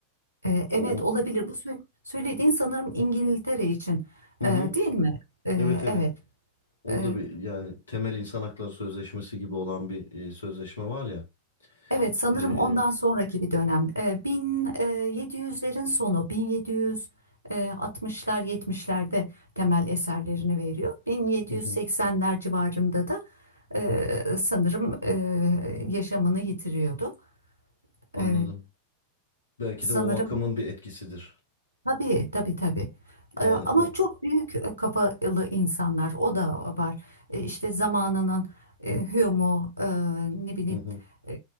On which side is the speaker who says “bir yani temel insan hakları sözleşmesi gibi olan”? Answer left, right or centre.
Left